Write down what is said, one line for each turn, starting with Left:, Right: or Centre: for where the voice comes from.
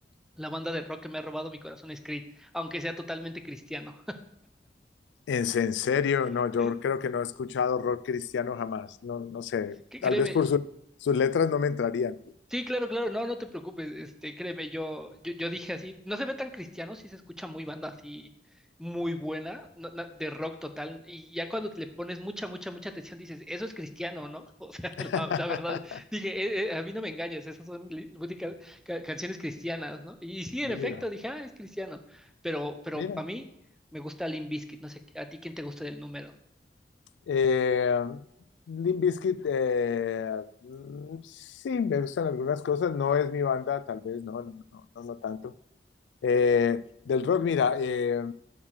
Centre: la banda de rock que me ha robado mi corazón es Creed, aunque sea totalmente cristiano.
Left: En, en serio, no,
Centre: <laughs>
Left: yo creo que no he escuchado rock cristiano jamás. No, no sé,
Centre: Que
Left: tal
Centre: créeme,
Left: vez por su- sus letras no me entrarían.
Centre: Sí, claro, claro, no, no te preocupes, este, créeme, yo, yo, yo dije así, no se ve tan cristiano, sí se escucha muy banda así, muy buena, no- no, de rock total, y ya cuando le pones mucha, mucha, mucha atención dices, eso es cristiano, ¿no? <laughs> O sea,
Left: <laughs>
Centre: la, la verdad, dije, "Eh, eh, a mí no me engañes, esas son li- música- ca- canciones cristianas, ¿no? Y, sí,
Left: Mira,
Centre: en efecto, dije, ah, es cristiano, pero, pero
Left: mira.
Centre: a mí me gusta Limp Bizkit, no sé, ¿a ti quién te gusta del número?
Left: Eh, Limp Bizkit, eh, mm, sí, me gustan algunas cosas, no es mi banda, tal vez, no, no, no, no, no tanto. Eh, del rock, mira, eh,